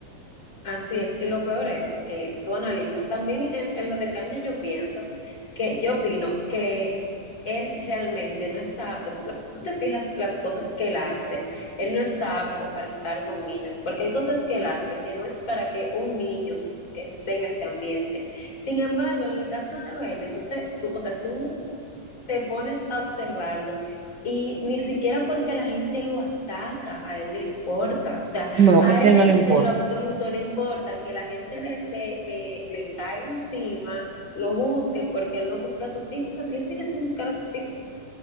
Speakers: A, on the left; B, on the right.
A: Así es, y lo peor es que tú analizas, también en, en lo de Kanye yo pienso que yo opino que él realmente no está apto, porque si tú te fijas las cosas que él hace, él no está apto para estar con niños, porque hay cosas que él hace que no es para que un niño esté en ese ambiente. Sin embargo, en el caso de Belle, tú te, tú, o sea, tú te pones a observarlo y ni siquiera porque la gente lo ataca, a él le importa, o sea,
B: No,
A: a
B: es que
A: él
B: a él no le importa.
A: en lo absoluto le importa que la gente le, le, le, le caiga encima, lo busque, porque él no busca a sus hijos y él sigue sin buscar a sus hijos.